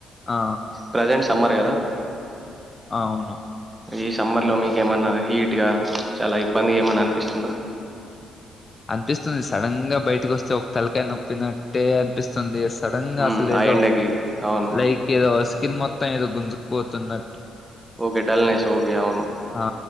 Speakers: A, on the left (about 30°); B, on the right (about 15°).
A: ఆ
B: ప్రెజెంట్ సమ్మర్ గదా!
A: అవును
B: ఈ సమ్మర్లో మీక ఏమన్నా హీట్గా చాలా ఇబ్బందిగా ఏమన్నా అనిపిస్తుందా
A: అనిపిస్తుంది సడన్ గా బయటికి వస్తే ఒక తలకాయ నొప్పినట్టే అనిపిస్తుంది. సడన్ గా
B: మ్మ్
A: అసలు
B: ఆ
A: ఏదో
B: ఎండకి అవును
A: లైక్ ఏదో కింద మొత్తం ఏదో గుంజుకు పోతున్నా
B: ఓకే డల్నెస్ ఓకే అవును
A: ఆ